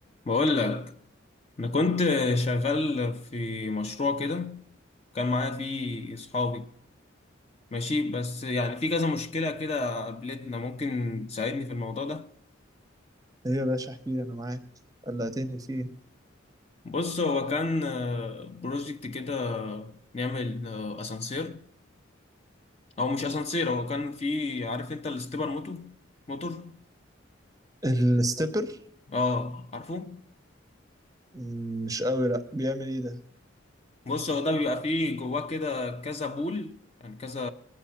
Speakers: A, on the left (about 30°); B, on the right (about 15°).
A: بقول لك انا كنت شغال في مشروع كده كان معايا فيه اصحابي ماشي بس يعني في كذا مشكله كده قابلتنا ممكن تساعدني في الموضوع ده
B: ايه يا باشا احكي لي انا معاك قلقتني فيه
A: بص هو كان آه، بروجكت كده نعمل آه، اسانسير او مش اسانسير هو كان في عارف انت الاستبر موتور موتور
B: الستيبر
A: اه عارفه
B: مم، مش قوي لا بيعمل ايه ده
A: بص هو ده بيبقى فيه جواه كده كذا بول يعني كذا